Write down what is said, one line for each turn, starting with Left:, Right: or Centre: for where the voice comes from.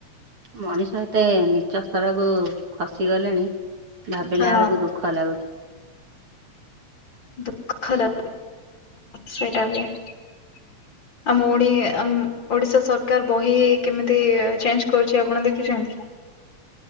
Right: ମଣିଷ ଏତେ ନିଚ ସ୍ତରକୁ ଖସି ଗଲେଣି, ଭାବିଲା
Left: ହଁ
Right: ବେଳକୁ ଦୁଃଖ ଲାଗୁଛି।
Left: ଦୁଃଖ ଲ ସେଇଟା ବି <inaudible> ଆମ ଓଡି ଆମ ଓଡ଼ିଶା ସରକାର ବହି କେମିତି ଚେଞ୍ଜ କରୁଛି ଆପଣ ଦେଖିଛନ୍ତି?